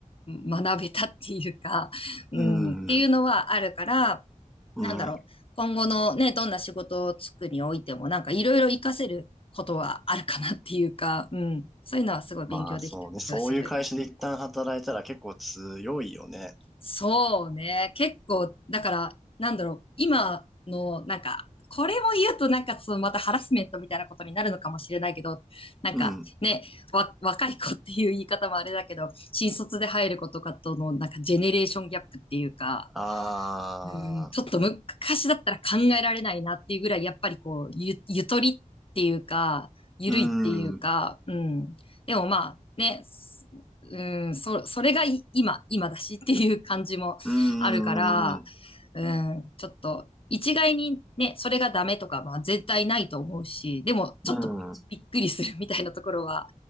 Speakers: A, on the left (about 45°); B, in the centre.
A: う、学べたっていうか、うん、
B: ーん、
A: っていうのはあるから、
B: うん。
A: なんだろう、今後のね、どんな仕事をつくにおいてもなんかいろいろ活かせることはあるかなっていうか、うん、そういうのはすごい勉強できた気がする。
B: まあそうね、そういう会社で一旦働いたら結構強いよね。
A: そうね。結構、だから、なんだろう。今の、なんか、これも言うとなんかそのまたハラスメントみたいなことになるのかもしれないけど、なんかね、
B: うん。
A: わ、若い子っていう言い方もあれだけど、新卒で入る子とかとのなんかジェネレーションギャップっていうか、
B: ああ、
A: うん、ちょっと昔だったら考えられないなっていうぐらい、やっぱりこう、ゆ、ゆとりっていうか、ゆるいっていうか、
B: うーん、う
A: うん。でもまあ、ね、すうん、そ、それがい今、今だしっていう感じもあるから、
B: ーん、う
A: うん、ちょっと、一概にね、それがダメとか、まあ絶対ないと思うし、でも、ちょっとびっくりするみたいなところは
B: ん、う